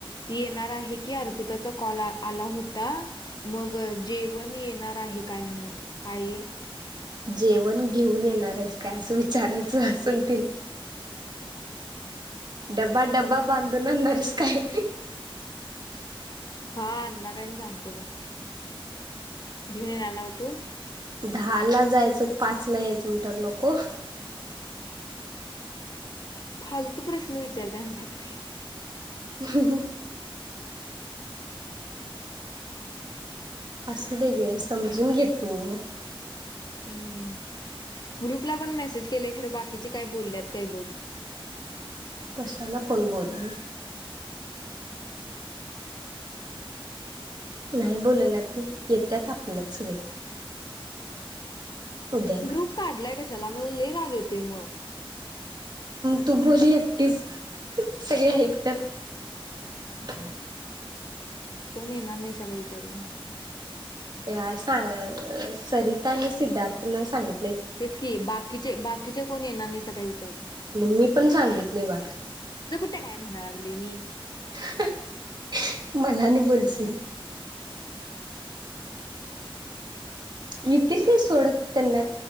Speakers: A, on the left; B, on the right.
A: येणार आहे की अर्पिताचा कॉल आला होता मगं जेवण येणार आहे काय म्हण काय??
B: जेवण घेऊन येणार आहेस काय अस विचारायचं असल डब्बा डब्बा बांधून ने अणार हायस काय
A: हा अण्णा काय म सांगतो बघं <inaudible>
B: दहा ला जायचं पाच ला यायचं म्हटल नको
A: फालतू प्रश्न विचारतपरी
B: ह. असू दे गे समजून घे तू.
A: हम्म. ग्रुपला पण मेसेज केले खर बाकीचे काय बोलल्यात काय बघ.
B: कशाला कोण बोलल? नाही बोलना घे येतत आपणच सगळे. उद्याला
A: ग्रुप काढलाय कशाला मला लई राग येतोय मग-
B: तू बोली एकटीच सगळे ऐकत्यात. <inaudible>
A: कोण येणार नाही सगळे विचारू-
B: या सा अ सरिता आणि सिद्धार्थ न सांगितलं.
A: तेच की बाकीचे बाकीचे कोणी येणार नाही सग विचार-
B: आणि मी पण सांगितले बाळ.
A: कुठ काय मना लागलोय मी?
B: <unintelligible> मनाने बोलशील. येतील कि ते सोडत त्यांना